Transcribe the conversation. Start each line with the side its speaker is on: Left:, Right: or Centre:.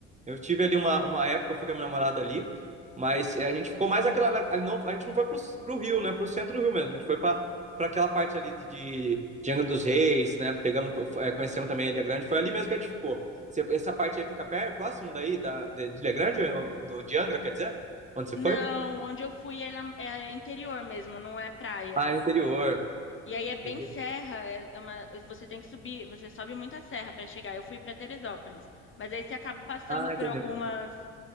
Right: Eu tive ali uma, uma época, eu fui com a minha namorada ali, mas é, a gente ficou mais aquela. Não, a gente não foi para o Rio, né? Para o centro do Rio mesmo. A gente foi para aquela parte ali de, de, de Angra dos Reis, né? Pegamos, é, conhecemos também a Ilha Grande. Foi ali mesmo que a gente ficou. essa parte aí fica perto, próximo daí, da, de, de Ilha Grande, ou do, de Angra, quer dizer? Onde você
Left: Não,
Right: foi?
Left: onde eu fui ela- é interior mesmo, não é praia.
Right: Ah, é interior.
Left: E aí é bem
Right: Inter-
Left: serra, é é uma- você tem que subir, você sobe muita serra para chegar. Eu fui para Teresópolis, mas aí você acaba passando
Right: Ah,
Left: por
Right: entendeu.
Left: algumas,